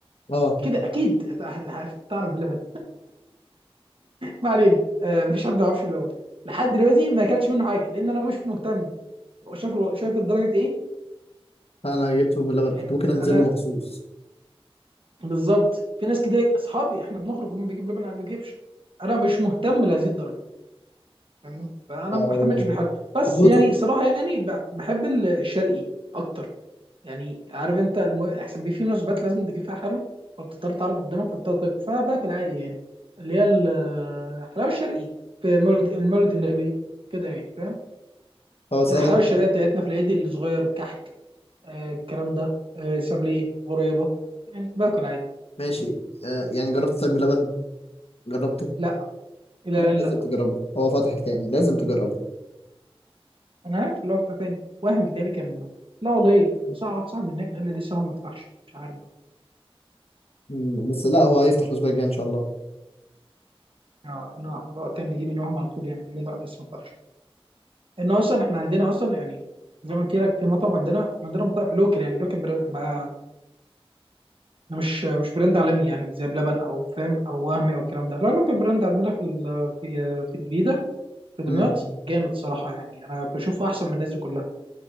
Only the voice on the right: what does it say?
كده اكيد <laughs> تعرف بلبن ما علينا آه، مفيش حد ما يعرفش بلبن لحد دلوقتي ما اكلتش منه حاجه لان انا مش مهتم هو شايف شايف الدرجه ايه
يعني
انا
بالظبط في ناس كتير اصحابي احنا بنخرج هم بيجيبوا لبن انا ما بجيبش انا مش مهتم لهذه الدرجه فاهمني فانا
ما
بهتمش
بالحاجه بس
يعني صراحه يعني ب- بحب ال- الشرقي اكتر يعني عارف انت الم... احسن بيه في مناسبات لازم تجيب فيها حلو فبتضطر تعرض قدامك فبتضطر تاكل فانا باكل عادي يعني اللي هي ال- الحلاوه الشرقي في مولد المولد النبي كده يعني فاهم
الحلاوه الشرقيه بتاعتنا في العيد الصغير كحك آه الكلام ده آه سابليه غريبه يعني باكل عادي
لا الى
ان
انا عارف اللي هو بتاع تاني وهم بيتهيألي كان منه لا والله إيه. كان صاحب واحد صاحبي هناك قال لي لسه هو ما فتحش مش عارف بقى
اه إنه هو كان بيجيب ان وهم على طول يعني قال لي لا لسه ما فتحش ان اصلا احنا عندنا اصلا يعني زي ما قلت لك في مطعم عندنا إحنا عندنا مطاعم لوكال يعني لوكال براند ما ما مش مش براند عالمي يعني زي بلبن او فاهم او وهمي او الكلام ده لا لوكال براند عندنا في ال- في في الجديده في دمياط
جامد صراحه يعني انا بشوفه احسن من الناس دي كلها